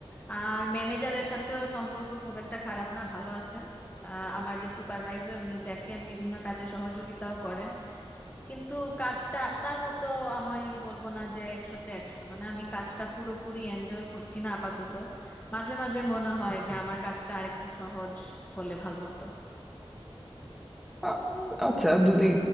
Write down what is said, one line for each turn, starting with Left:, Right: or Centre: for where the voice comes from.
Left: আর ম্যানেজারের সাথেও সম্পর্ক খুব একটা খারাপ না ভালো আছেন আহ, আমার যে সুপারভাইজার উনি দেখেন বিভিন্ন কাজে সহযোগিতাও করেন কিন্তু কাজটা আপনার মতো আমি বলবো না যে একশোতে একশো মানে আমি কাজটা পুরোপুরি এনজয় করছি না আপাতত মাঝে মাঝে মনে হয়
Centre: আচ্ছা
Left: যে আমার কাজটা আরেকটু সহজ হলে ভালো হতো
Centre: আহ, আচ্ছা যদি